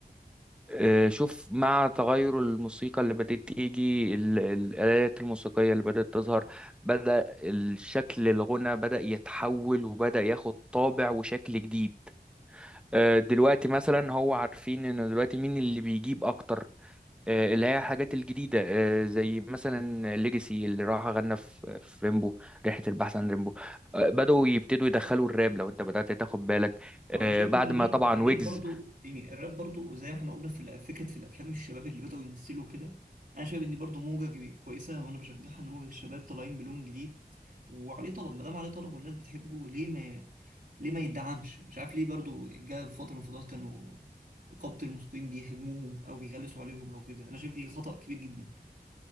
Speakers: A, in the centre; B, on the right.
A: آه، شوف مع تغير الموسيقى اللي بدأت تيجي ال- ال- الآلات الموسيقية اللي بدأت تظهر بدأ الشكل الغنى بدأ يتحول وبدأ ياخد طابع وشكل جديد آه، دلوقتي مثلا هو عارفين ان دلوقتي مين اللي بيجيب اكتر آه، اللي هي الحاجات الجديدة آه، زي مثلا ليجاسي اللي راح غنى في في ريمبو رحلة البحث عن ريمبو آه، بدأوا يبتدوا يدخلوا الراب لو انت بدأت تاخد بالك
B: وانا
A: آه،
B: شايف
A: بعد
B: ان الراب
A: ما طبعا
B: الراب
A: ويجز
B: برضو يعني الراب برضو زي ما احنا قلنا في الأ- فكره في الافلام الشباب اللي بداوا يمثلوا كده انا شايف ان دي برضو موجه جي- كويسه وانا بشجعها ان موجه الشباب طالعين بلون جديد وعليه طلب ما دام عليه طلب والناس بتحبه ليه ما ليه ما يدعمش مش عارف ليه برضو جاء في فتره من الفترات كانوا قبط الموسيقيين بيهاجموهم او بيغلسوا عليهم او كده انا شايف دي خطأ كبير جدا